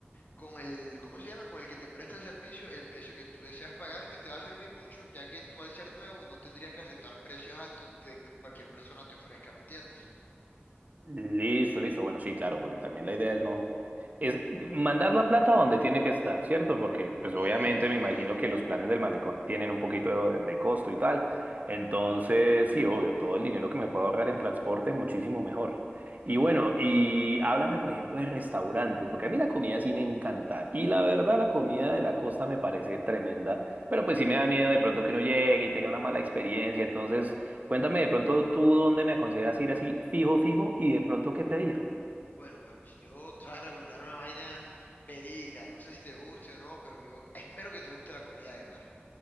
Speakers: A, on the left; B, on the right.
A: con el, ¿cómo se llama? Con el que te presta el servicio, el precio que tú deseas pagar y te va a servir mucho, ya que tú al ser nuevo no tendrías que aceptar precios altos que cualquier persona te ofrezca, ¿me entiendes?
B: Listo, listo. Bueno, sí, claro, porque también la idea es no, es mandar la plata donde tiene que estar, ¿cierto? Porque, pues
A: Correcto,
B: obviamente me
A: correcto.
B: imagino que los planes del malecón tienen un poquito de, de costo y tal. Entonces, sí, obvio, todo el dinero que me puedo ahorrar en transporte, muchísimo mejor. Y bueno, y háblame, por ejemplo, de restaurantes, porque a mí la comida sí me encanta. Y la verdad, la comida de la costa me parece tremenda, pero pues sí me da miedo de pronto que uno llegue y tenga una mala experiencia. Entonces... Cuéntame de pronto tú dónde me aconsejas ir así fijo, fijo y de pronto qué pedir.
A: Bueno, pues <laughs> yo te voy a recomendar una vaina verídica. No sé si te guste o no, pero yo espero que te guste la comida de mar.